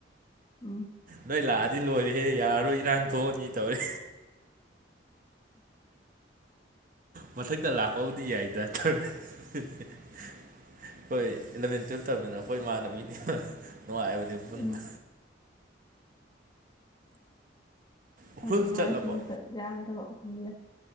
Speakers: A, on the left; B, on the right.
A: ꯎꯝ
B: ꯅꯣꯏ ꯂꯥꯛꯑꯗꯤ ꯂꯣꯏꯔꯦꯍꯦ ꯌꯥꯔꯔꯣꯏ ꯏꯔꯥꯡ ꯊꯣꯛꯑꯅꯤ ꯇꯧꯔꯦ ꯃꯊꯛꯇ ꯂꯥꯛꯄꯕꯨꯗꯤ ꯌꯥꯏꯗꯔ ꯑꯩꯈꯣꯏ ꯏꯂꯚꯦꯟ ꯇꯨꯌꯦꯜꯞ ꯇꯔꯕꯅꯤꯅ ꯑꯩꯈꯣꯏ ꯏꯃꯥꯅ ꯃꯤꯅꯤ ꯅꯨꯡꯉꯥꯏꯕꯅꯤ ꯄꯨꯟꯕ
A: ꯎꯝ
B: ꯎꯈ꯭ꯔꯨꯜ
A: ꯍꯣꯏꯅꯤ ꯔꯁ
B: ꯆꯠꯂꯕꯣ
A: ꯂ ꯆ ꯌꯥ ꯑꯗꯨꯝ